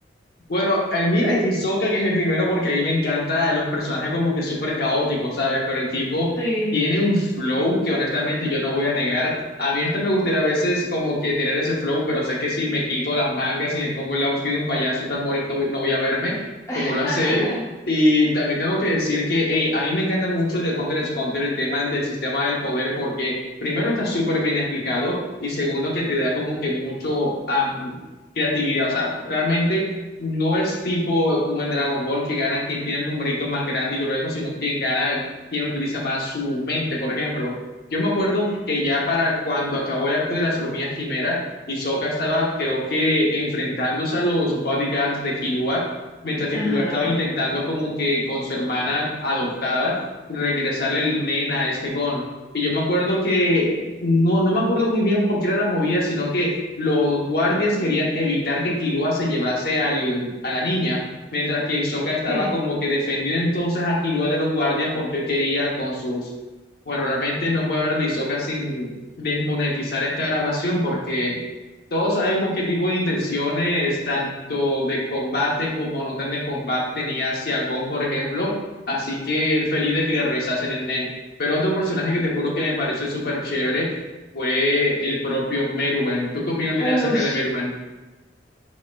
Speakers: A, on the left; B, on the left.
A: Bueno, el mío es Hisoka, que es el primero, porque ahí me encanta los personajes como que súper caóticos, ¿sabes? Pero el tipo
B: Sí.
A: tiene un flow que honestamente yo no voy a negar. A mí este me gustaría a veces como que tener ese flow, pero sé que si me quito las mangas y me pongo el outfit de un payaso tan bonito, no voy a verme
B: <laughs>
A: como lo hace él. Y también tengo que decir que, hey, a mí me encanta mucho de Hunter x Hunter el tema del sistema del poder, porque primero está súper bien explicado y segundo que te da como que mucho... am, creatividad, o sea, realmente no es tipo como en Dragon Ball que gana quien tiene el numerito más grande y grueso, sino quien gana, quien utiliza más su mente, por ejemplo. Yo me acuerdo
B: Eh,
A: que ya para cuando acabó el arco de las hormigas quimera, Hisoka estaba, creo que, enfrentándose a los bodyguards de Killua, mientras que
B: Ajá,
A: Killua estaba intentando como que con su hermana adoptada regresarle el nen a este Gon. Y yo me acuerdo que, no, no me acuerdo muy bien por qué era la movida, sino que los guardias querían evitar que Killua se llevase al, a la niña, mientras que Hisoka estaba
B: sí.
A: como que defendiendo entonces a Killua de los guardias porque él quería con sus... Bueno, realmente no puedo hablar de Hisoka sin desmonetizar esta grabación porque todos sabemos qué tipo de intenciones, tanto de combate como no tan de combate, tenía hacia Gon, por ejemplo. Así que el feliz de que le rezasen el Nen. Pero otro personaje que te juro que me pareció súper chévere fue el propio Merwen. ¿Tú qué opinión tienes
B: Uy,
A: acerca de Merwen?